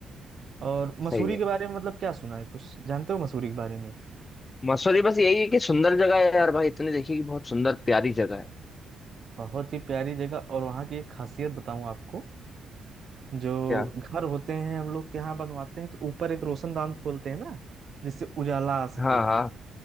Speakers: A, on the right; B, on the left.
A: और मसूरी
B: सही है
A: के बारे में मतलब क्या सुना है कुछ जानते हो मसूरी के बारे में
B: मसूरी बस यही है कि सुंदर जगह है यार भाई इतनी देखिए कि बहुत सुंदर प्यारी जगह है
A: बहुत ही प्यारी जगह और वहाँ की एक खासियत बताऊँ आपको जो
B: क्या
A: घर होते हैं हम लोग के यहाँ बनवाते हैं तो ऊपर एक रोशनदान खोलते हैं ना जिससे उजाला आ सके
B: हाँ हाँ